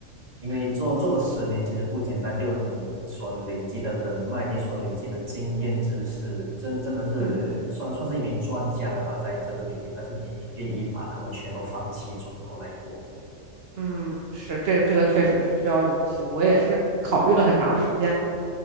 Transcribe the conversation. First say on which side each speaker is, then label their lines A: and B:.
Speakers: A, on the right; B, on the right.
A: 因为做做了十年其实不简单，
B: 嗯，谢谢。
A: 就你所累积的人脉，你所累积的经验知识，真真的是算算是一名专家了吧，
B: 嗯
A: 在这个领域，但是你愿意把他们全都放弃，从头来过。
B: 嗯，是这个这个确实是需要勇气的，我也是考虑了很长时间。